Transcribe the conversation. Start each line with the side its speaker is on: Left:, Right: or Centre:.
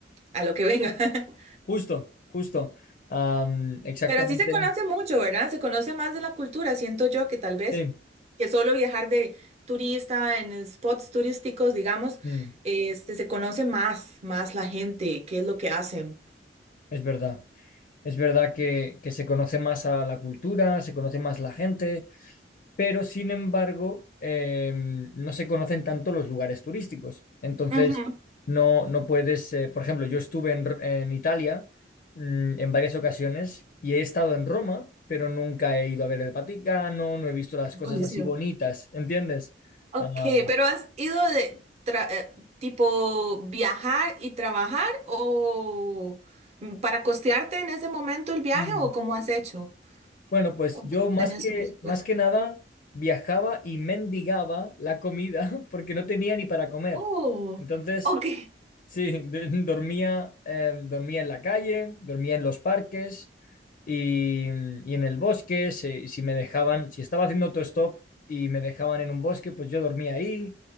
Right: a lo que venga. <laughs>
Left: Justo, justo. Am, exactamente.
Right: Pero así se conoce mucho, ¿verdad? Se conoce más de la cultura. Siento yo que tal vez
Left: Sí,
Right: que solo viajar de turista en spots turísticos, digamos,
Left: mm,
Right: este, se conoce más, más la gente, qué es lo que hacen.
Left: es verdad. Es verdad que, que se conoce más a la cultura, se conoce más la gente pero sin embargo eh, no se conocen tanto los lugares turísticos. Entonces,
Right: Ujú.
Left: no, no puedes, eh, por ejemplo, yo estuve en, R- en Italia mm, en varias ocasiones y he estado en Roma, pero nunca he ido a ver el Vaticano, no he visto las
Right: El
Left: cosas
Right: Coliseo.
Left: así bonitas, ¿entiendes?
Right: Ok,
Left: Ah,
Right: pero ¿has ido de tra- eh, tipo viajar y trabajar o mm, para costearte en ese momento el viaje
Left: mm.
Right: o cómo has hecho?
Left: Bueno, pues
Right: ¿Cuánto
Left: yo más
Right: tenías
Left: que,
Right: el presupuesto?
Left: más que nada viajaba y mendigaba la comida <laughs> porque no tenía ni para comer.
Right: Oh,
Left: Entonces,
Right: ok.
Left: Sí, d- <laughs> dormía, eh, dormía en la calle, dormía en los parques y, y en el bosque. Si, si me dejaban, si estaba haciendo autostop y me dejaban en un bosque, pues yo dormía ahí.